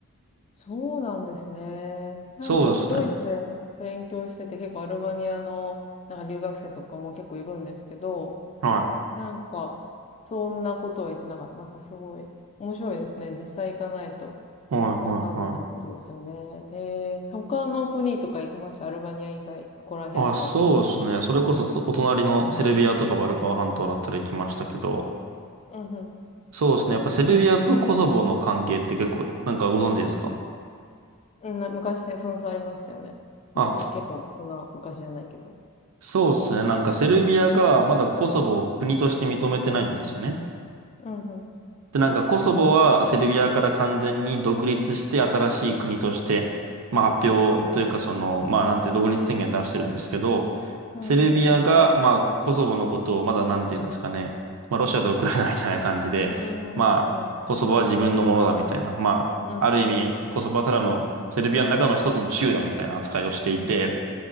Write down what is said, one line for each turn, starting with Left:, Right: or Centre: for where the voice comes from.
Left: そうなんですね。なんかね、
Right: そうですね。
Left: ドイツで勉強してて結構アルバニアのなんか留学生とかも結構いるんですけど、
Right: は
Left: なんかそんなことは言ってなかった。なんかすごい面白いですね。実際行かないと
Right: い。はい、はい、
Left: わかんないことですよね。
Right: はい。
Left: へえ、他の国とか行きました。アルバニア以外、ここら辺の。
Right: あ、そうですね。それこそそお隣のセルビアとかバルカン半島だったり来ましたけど、
Left: うんうん。
Right: そうですね。やっぱセルビアとコソボの関係って結構、なんかご存知ですか
Left: うんな、昔ね紛争ありましたよね。昔は結構そんな昔じゃないけど。
Right: あ、そうですね。なんかセルビアがまだコソボを国として認めてないんですよね。
Left: うんうん。
Right: で、なんかコソボはセルビアから完全に独立して新しい国として、まあ発表というかその、
Left: うんうんうん。
Right: まあなんて独立宣言出してるんですけど、
Left: うんうんうん。
Right: セルビアがまあコソボのことをまだなんて言うんですかね。まあロシアとウクライナみたいな感じで、
Left: うんうんうん。
Right: まあコソボは自分のものだみたいな。
Left: なるほど
Right: まあある意味コソボはただのセルビアの中の一つの州だみたいな扱いをしていて、
Left: うんうんうん。うんうんうん。